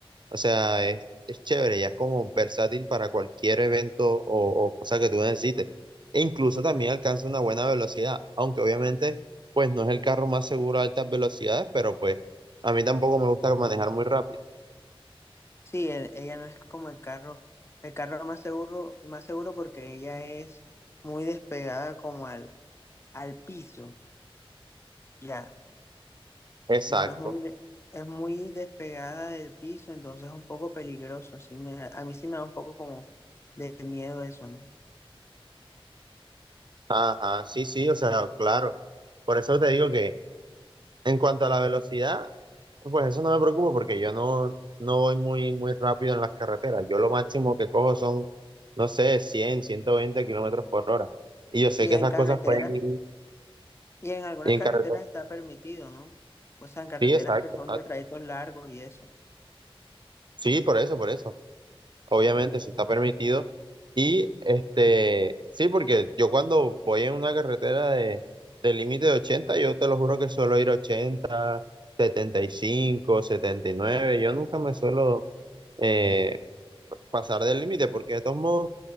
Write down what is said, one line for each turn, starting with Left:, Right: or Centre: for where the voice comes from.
Right: o sea, es, es chévere, ya es como versátil para cualquier evento o, o cosa que tú necesites. E incluso también alcanza una buena velocidad, aunque obviamente, pues no es el carro más seguro a altas velocidades, pero pues a mí tampoco me gusta manejar muy rápido.
Left: Sí, el- ella no es como el carro. El carro más seguro, más seguro porque ella es muy despegada como al, al piso. Ya.
Right: Exacto.
Left: No, es muy, de- es muy despegada del piso, entonces es un poco peligroso. Sí me da- a mí sí me da un poco como de miedo eso, ¿no?
Right: Ajá, sí, sí, o sea, claro. Por eso te digo que En cuanto a la velocidad, pues eso no me preocupa porque yo no, no voy muy, muy rápido en las carreteras. Yo lo máximo que cojo son, no sé, cien, ciento veinte kilómetros por hora. Y yo sé
Left: Y
Right: que
Left: en
Right: esas
Left: carretera,
Right: cosas pueden ir
Left: y en algunas
Right: en
Left: carreteras
Right: carretera.
Left: está permitido, ¿no? O sea, en carreteras
Right: Sí, exacto,
Left: que son
Right: exacto.
Left: de trayectos largos y eso.
Right: Sí, por eso, por eso. Obviamente, si está permitido. Y este, sí, porque yo cuando voy en una carretera de, de límite de ochenta yo te lo juro que suelo ir ochenta setenta y cinco setenta y nueve. Yo nunca me suelo eh, pasar del límite, porque de todos modos,